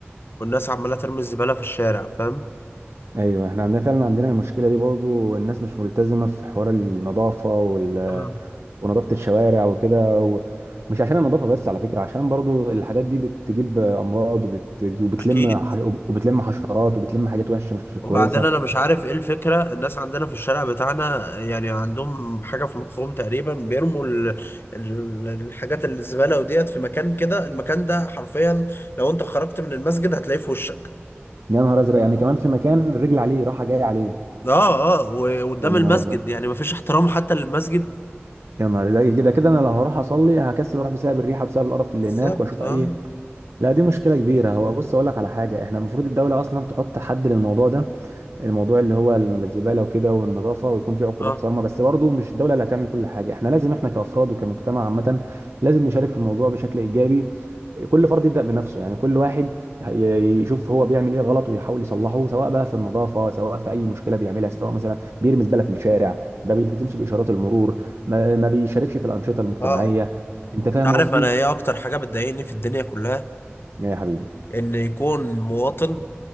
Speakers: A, on the left; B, on the right.
A: والناس عماله ترمي الزباله في الشارع فاهم
B: ايوه احنا عندنا فعلا عندنا المشكله دي برضو الناس مش ملتزمه في حوار النظافه وال...
A: آه.
B: ونظافه الشوارع وكده ومش عشان النظافه بس على فكره عشان برضو الحاجات دي بتجيب امراض وبتجي... وبتلم
A: اكيد
B: ح... وبتلم حشرات وبتلم حاجات وحشه مش
A: وبعدين
B: كويسه
A: انا مش عارف ايه الفكره الناس عندنا في الشارع بتاعنا يعني عندهم حاجه في مخهم تقريبا بيرموا ال- ال- الحاجات الزباله وديت في مكان كده المكان ده حرفيا لو انت خرجت من المسجد هتلاقيه في وشك
B: يا نهار ازرق يعني كمان في مكان الرجل عليه راحه جايه عليه
A: اه اه و- وقدام
B: يا نهار
A: المسجد
B: ابيض
A: يعني مفيش احترام حتى للمسجد
B: يا نهار ده كده كده انا لو هروح اصلي هكسل اروح بسبب الريحه بسبب القرف اللي
A: بالظبط
B: هناك واشوف
A: اه
B: اي لا دي مشكلة كبيرة هو بص أقول لك على حاجة إحنا المفروض الدولة أصلا تحط حد للموضوع ده الموضوع اللي هو الزبالة وكده والنظافة ويكون في عقوبات
A: اه
B: صارمة بس برضه مش الدولة اللي هتعمل كل حاجة إحنا لازم إحنا كأفراد وكمجتمع عامة لازم نشارك في الموضوع بشكل إيجابي كل فرد يبدأ بنفسه يعني كل واحد ي- ي- يشوف هو بيعمل إيه غلط ويحاول يصلحه سواء بقى في النظافة سواء في أي مشكلة بيعملها سواء مثلا بيرمي زبالة في الشارع ما بيلتزمش بإشارات المرور ما ما بيشاركش في الأنشطة المجتمعية
A: اه
B: أنت فاهم
A: انت عارف
B: قصدي؟
A: انا ايه اكتر حاجه بتضايقني في الدنيا كلها
B: يا حبيبي
A: ان يكون مواطن